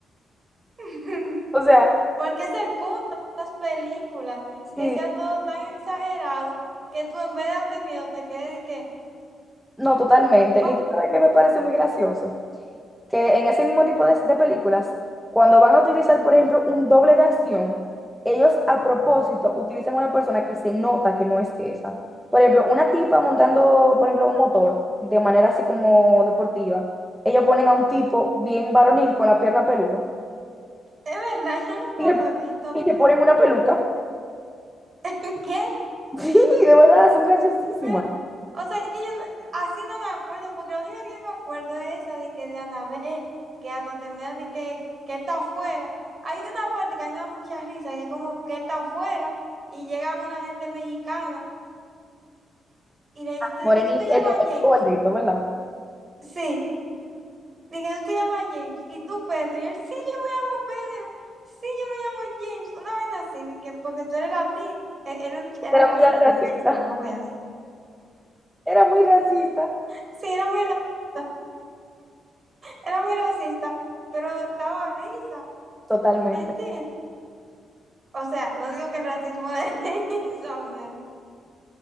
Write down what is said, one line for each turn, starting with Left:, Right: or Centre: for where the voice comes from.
Right: <laughs>
Centre: O sea,
Right: Porque es el punto de estas películas,
Centre: sí,
Right: que sea todo tan exagerado que tú en vez de darte miedo te quedes y que,
Centre: no, totalmente.
Right: oh,
Centre: Y tú sabes que me parece muy gracioso. que en ese mismo tipo de, de películas, cuando van a utilizar, por ejemplo, un doble de acción, ellos a propósito utilizan una persona que se nota que no es esa. Por ejemplo, una tipa montando, por ejemplo, un motor de manera así como deportiva, ellos ponen a un tipo bien varonil con la pierna peluda
Right: es verdad, yo nunca
Centre: y le,
Right: lo he visto.
Centre: y le
Right: Es-
Centre: ponen una peluca.
Right: <laughs> ¿Qué?
Centre: <laughs> Sí, de verdad, son graciosísimas.
Right: Pero, o sea, es que yo no- así no me acuerdo, porque lo único que yo me acuerdo es esa de que de Anabel, que hasta termina de que, que él está afuera. Hay una parte que a mí me da mucha risa, que es como que él está afuera y llega una gente mexicana y le dice
Centre: Morenito,
Right: de que tú te llamas
Centre: el
Right: James.
Centre: gordito, ¿verdad?
Right: Sí. de que tú te llamas James y tú Pedro. Y él, sí, yo me llamo Pedro. Sí, yo me llamo James. Una vaina así, de que porque tú eres latino. E- Era, un ch- era
Centre: Era
Right: racista
Centre: muy racista.
Right: el chiste, no lo voy a hacer.
Centre: Era muy racista.
Right: Sí, era muy racista. Era muy racista, pero daba risa.
Centre: Totalmente.
Right: ¿Entiendes? O sea, no digo que el racismo de <laughs> risa, o sea,